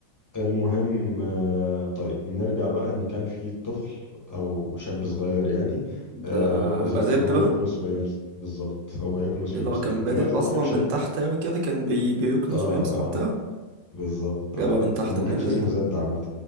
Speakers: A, on the left (about 15°); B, on the right (about 60°).
A: المهم آه، طيب نرجع بقى ان كان في طفل او شاب صغير يعني
B: ده
A: آه، وظيفته
B: هبقى زبد
A: ان هو
B: بقى
A: يكنس ويمسك بالظبط هو يكنس
B: ايه
A: ويمسك
B: ده هو كان بادئ
A: في الوقت ده
B: اصلا
A: ما كانش
B: من
A: اه
B: تحت اوي كده كان بي بيكنس
A: اه
B: ويمسح وبتاع
A: بالظبط
B: جابها
A: اه
B: من تحت
A: هو ما
B: ابن
A: كانش
B: الذين
A: اسمه زاد عامه